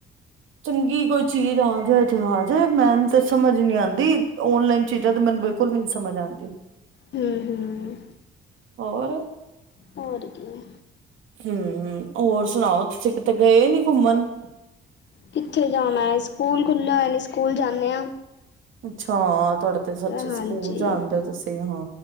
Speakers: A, on the right; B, on the left.
A: ਚੰਗੀ ਕੋਈ ਚੀਜ਼ ਆ ਜਾਏ ਤੇ ਆਜੇ, ਮੈਨੂੰ ਤੇ ਸਮਝ ਨੀ ਆਂਦੀ ਓਨਲਾਈਨ ਚੀਜ਼ਾਂ ਤੇ ਮੈਨੂੰ ਬਿਲਕੁਲ ਵੀ ਨੀਂ ਸਮਝ ਆਂਦੀ।
B: ਹੂੰ-ਹੂੰ।
A: ਔਰ
B: ਔਰ ਕੀ
A: ਹੂੰ, ਹੋਰ ਸੁਨਾਓ ਤੁਸੀਂ ਕਿਤੇ ਗਏ ਨੀ ਘੁੰਮਨ?
B: ਕਿੱਥੇ ਜਾਨਾ ਐ, ਸਕੂਲ ਖੁੱਲ੍ਹੇ ਹੋਏ ਨੇ ਸਕੂਲ ਜਾਂਨੇ ਆਂ।
A: ਅੱਛਾ ਹਾਂ ਤੁਆਡੇ ਤੇ ਸੱਚੀ
B: ਹਾਂਜੀ
A: ਸਕੂਲ ਜਾਂਦੇ ਤੁਸੀਂ ਹਾਂ